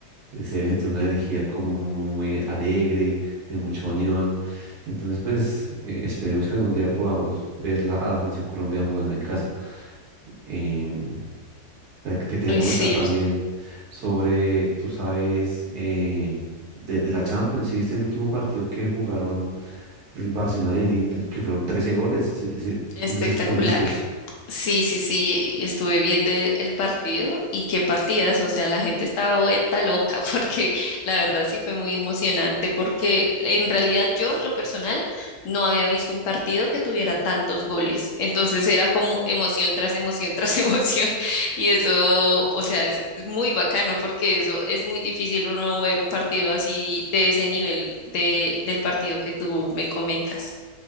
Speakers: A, on the right; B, on the left.
A: eh, Se debe sentir una energía como muy alegre, de mucha unión. Entonces, pues eh, esperemos que algún día podamos verla a la selección Colombia jugando en casa. Eh, te te quería
B: Uy,
A: comentar
B: sí,
A: también sobre, tú sabes, eh, de, de la Champions, si viste el último partido que jugaron el Barcelona y el Inter, que fueron 13 goles. Si- si-
B: espectacular.
A: no sé si tú los vistes.
B: Sí, sí, sí, y estuve viendo el el partido y qué partidas, o sea, la gente estaba vuelta loca <laughs> porque la verdad sí fue muy emocionante porque en realidad yo en lo personal no había visto un partido que tuviera tantos goles, entonces era como emoción tras emoción tras <laughs> emoción y eso, o sea, es es muy bacano porque eso es muy difícil uno ver un partido así de ese nivel de, del partido que tú me comentas.